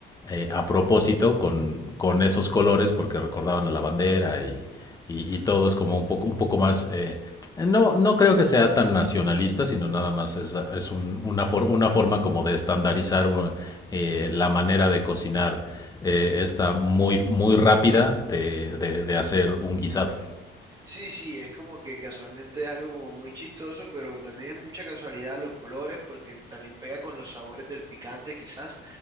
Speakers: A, on the left; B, on the right.
A: eh, a propósito con, con, esos colores porque recordaban a la bandera y, y, y todo es como un poco, un poco más... Eh, no, no creo que sea tan nacionalista, sino nada más es, es un, una, for, una, forma como de estandarizar eh, la manera de cocinar eh, esta muy, muy rápida de, de, de hacer un guisado.
B: Sí, sí, es como que casualmente es algo como muy chistoso, pero también es mucha casualidad los colores, porque también pega con los sabores del picante quizás,